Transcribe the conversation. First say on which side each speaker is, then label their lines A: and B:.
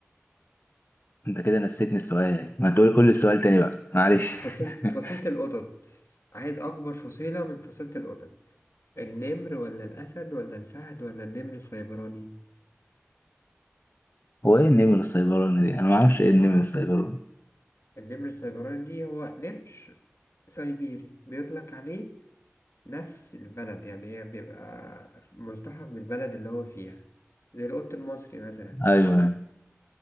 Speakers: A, on the left; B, on the left.
A: انت كده نسيتني السؤال ما تقول قول لي السؤال تاني بقى معلش
B: فصيل
A: <laughs>
B: فصيلة القطط عايز اكبر فصيلة من فصيلة القطط النمر ولا الاسد ولا الفهد ولا النمر السيبراني
A: هو ايه النمر السيبراني دي انا ما اعرفش ايه النمر السيبراني
B: النمر السيبراني دي هو نمر سيبيري بيطلق عليه نفس البلد يعني هي بيبقى ملتحق بالبلد اللي هو فيها زي القط المصري مثلا
A: ايوه